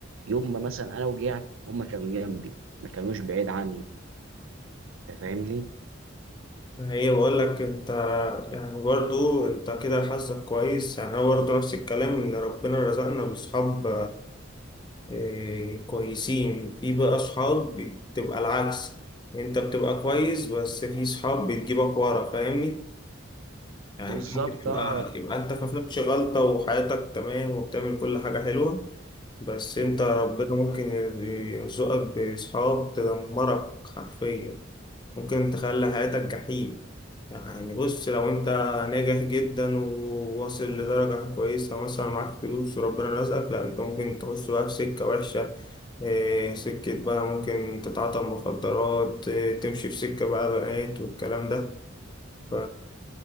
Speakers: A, on the right; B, on the left.
A: يوم ما مثلا انا وجعت هم كانوا جنبي ما كانوش بعيد عني انت فاهمني
B: ما هي بقول لك انت يعني برضو انت كده حظك كويس يعني انا برضو نفس الكلام ان ربنا رزقنا باصحاب اه، كويسين في بقى اصحاب بتبقى العكس انت بتبقى كويس بس في صحاب بتجيبك ورا فاهمني يعني
A: بالظبط
B: انت ممكن تبقى
A: اه
B: يبقى انت ما فيكش غلطة وحياتك تمام وبتعمل كل حاجة حلوة بس انت ربنا ممكن يرزقك بصحاب تدمرك حرفيا ممكن تخلي حياتك جحيم يعني بص لو انت ناجح جدا وواصل لدرجة كويسة مثلا معاك فلوس وربنا رزقك لا انت ممكن تخش بقى في سكة وحشة اه، سكة بقى ممكن تتعاطى مخدرات اه، تمشي في سكة بقى بنات والكلام ده ف